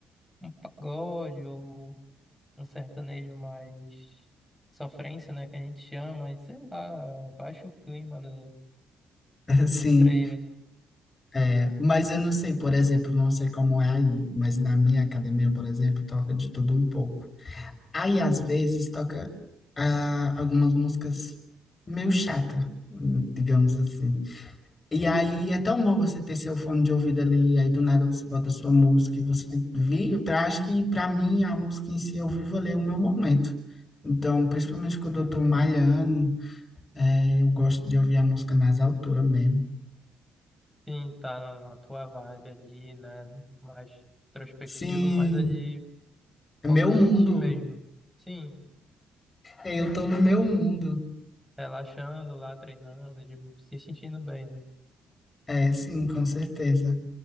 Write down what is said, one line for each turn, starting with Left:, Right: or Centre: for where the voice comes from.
Centre: um pagode ou um sertanejo mais sofrência, né? Que a gente chama, e sei lá, baixa o clima do,
Left: <laughs> assim,
Centre: do treino.
Left: É, mas eu não sei, por exemplo, não sei como é aí, mas na minha academia, por exemplo, toca de tudo um pouco. Aí, às vezes, toca ah, algumas músicas meio chata, hum, digamos assim. E aí é tão bom você ter seu fone de ouvido ali, aí do nada você bota sua música e você vive. Eu acho que, para mim, a música em si, eu vivo ali o meu momento. Então, principalmente quando eu tô malhando, é, eu gosto de ouvir a música nas alturas mesmo.
Centre: Sim, tá na, na tua vibe ali, né? Mais introspectivo,
Left: Sim,
Centre: mas ali
Left: é
Centre: focando
Left: meu mundo.
Centre: em ti mesmo. Sim,
Left: É, Eu tô no meu mundo.
Centre: relaxando lá, treinando, de- se sentindo bem, né?
Left: É, sim, com certeza.